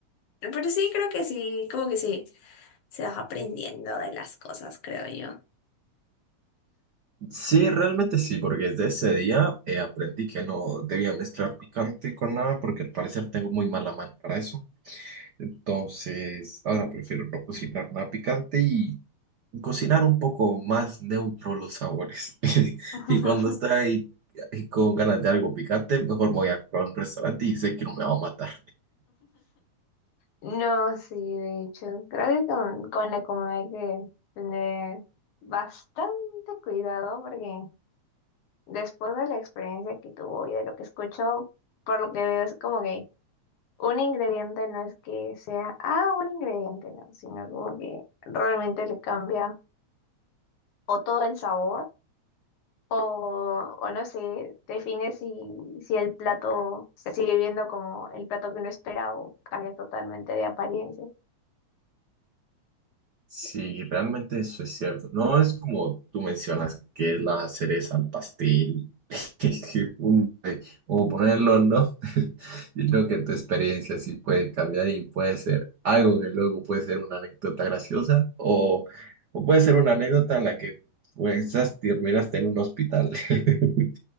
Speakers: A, on the left; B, on the right.
A: pero sí, creo que sí, como que sí, se va aprendiendo de las cosas, creo yo.
B: Sí, realmente sí, porque desde ese día eh, aprendí que no debía mezclar picante con nada porque al parecer tengo muy mala mano para eso. Entonces, ahora prefiero no cocinar nada picante y cocinar un poco más neutro los sabores. <laughs>
A: <laughs>
B: Y cuando está ahí ahí con ganas de algo picante, mejor me voy a comprar un restaurante y sé que no me va a matar.
A: No, sí, de hecho, creo que con, con la comida hay que tener bastante cuidado porque después de la experiencia que tuvo y de lo que escucho, por lo que veo es como que Un ingrediente no es que sea, ah, un ingrediente, no, sino como que realmente le cambia o todo el sabor o, o no sé, define si, si el plato se sigue viendo como el plato que uno espera o cambia totalmente de apariencia.
B: Sí, realmente eso es cierto. No es como tú mencionas, que es la cereza al pastel, <laughs> un- o ponerlo, ¿no? <laughs> Sino que tu experiencia sí puede cambiar y puede ser algo que luego puede ser una anécdota graciosa o, o puede ser una anécdota en la que pues, terminaste en un hospital. <laughs>